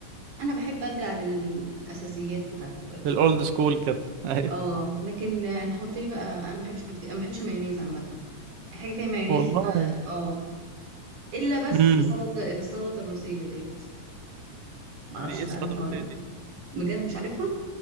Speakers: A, on the right; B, on the right.
A: انا بحب ارجع للاساسيات بتاعه البرجر
B: الاولد سكول كده <laughs> ايوه
A: اه لكن آه، نحط لي بقى انا ما بحبش بكتير انا ما بحبش المايونيز عامه اي حاجه فيها مايونيز
B: والله
A: ب... اه الا بس
B: امم
A: السلطه السلطه الروسيه ديت ما اعرفش
B: دي ايه
A: اذا
B: السلطه
A: عارفها
B: الروسيه
A: ولا لا
B: دي
A: بجد مش عارفها